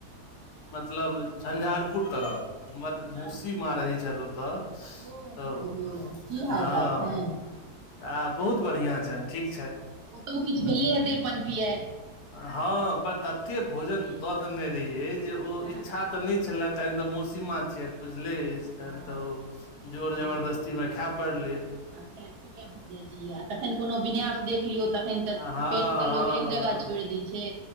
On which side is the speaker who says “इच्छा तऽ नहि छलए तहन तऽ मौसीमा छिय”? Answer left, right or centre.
Left